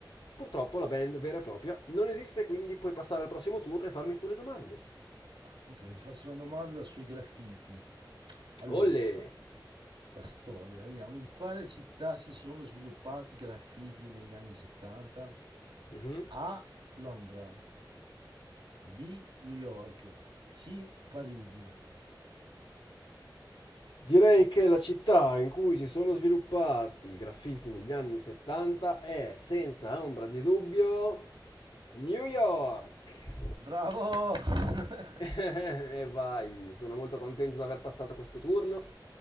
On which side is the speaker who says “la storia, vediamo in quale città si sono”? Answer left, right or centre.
Right